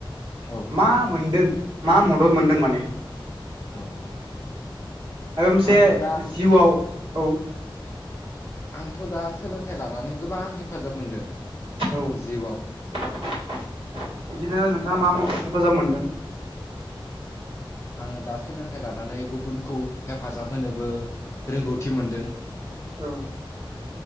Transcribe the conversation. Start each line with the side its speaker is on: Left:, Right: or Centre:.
Left: औ
Right: मा मोनदों मा मदद मोनदों माने?
Left: औ।
Right: मायबा मोनसे
Left: आंथ' दा
Right: जिउआव औ।
Left: आंथ' दा सोलोंथाइ लानानै गोबां हेफाजाब मोनदों।
Right: औ
Left: जिउआव
Right: बिदिनो नोंथां मा हेफाजाब मोनदों।
Left: आङो दा सोलोंथाइ लानानै गुबुनखौ हेफाजाब होनोबो रोंगौथि मोनदों।
Right: औ।